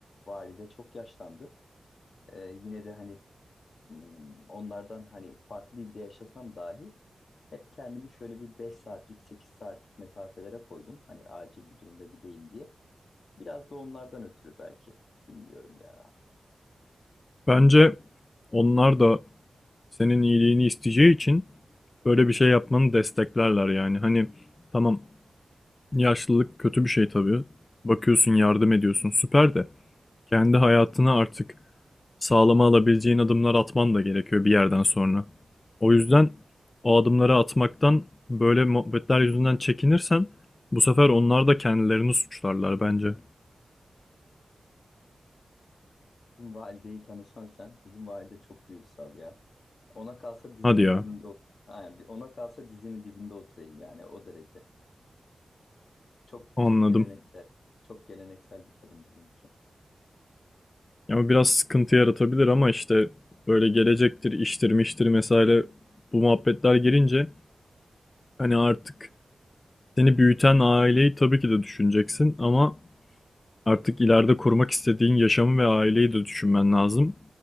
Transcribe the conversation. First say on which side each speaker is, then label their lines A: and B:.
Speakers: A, on the left; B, on the left.
A: Valide çok yaşlandı. Ee, yine de hani hmm, onlardan hani farklı ilde yaşasam dahi hep kendimi şöyle bir beş saatlik 8 saatlik mesafelere koydum. Hani acil bir durumda gideyim diye. Biraz da onlardan ötürü belki bilmiyorum ya.
B: Bence onlar da senin iyiliğini isteyeceği için böyle bir şey yapmanı desteklerler yani. Hani tamam yaşlılık kötü bir şey tabii. Bakıyorsun, yardım ediyorsun, süper de kendi hayatını artık sağlama alabileceğin adımlar atman da gerekiyor bir yerden sonra. O yüzden o adımları atmaktan böyle muhabbetler yüzünden çekinirsen bu sefer onlar da kendilerini suçlarlar bence.
A: Bizim valideyi tanısan sen. Bizim valide çok duygusal ya. Ona kalsa dizinin
B: Hadi ya,
A: dibinde otur. Aynen. bir- Ona kalsa dizinin dibinde oturayım yani o derece. Çok
B: anladım.
A: çok geleneksel. Çok geleneksel bir kadın bizimki.
B: Ya o biraz sıkıntı yaratabilir ama işte böyle gelecektir, iştir, miştir mesela bu muhabbetler girince hani artık seni büyüten aileyi tabii ki de düşüneceksin ama artık ileride kurmak istediğin yaşamı ve aileyi de düşünmen lazım.